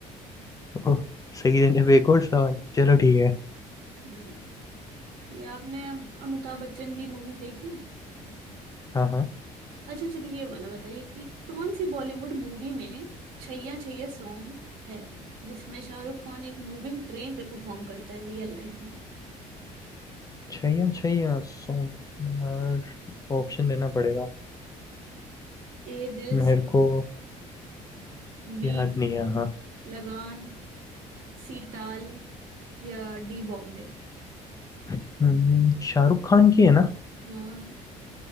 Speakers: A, on the left; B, on the right.
A: ओह सही देने पे एक और सवाल चलो ठीक है
B: हम्म कि आपने अमिताभ बच्चन की मूवीज देखी हैं
A: हाँ हाँ
B: अच्छा चलिए ये वाला बताइए कि कौन सी बॉलीवुड मूवी में छैया छैया सॉन्ग है जिसमें शाहरुख खान एक मूविंग ट्रेन पे परफॉर्म करता है रियल लाइफ में
A: छैया छैया सॉन्ग ऑप्शन देना पड़ेगा
B: ए दिल
A: मेरे
B: से
A: को
B: बी
A: याद नहीं है हाँ
B: लगान सी ताल या डी बॉम्बे
A: हम्म, शाहरुख खान की है ना
B: हाँ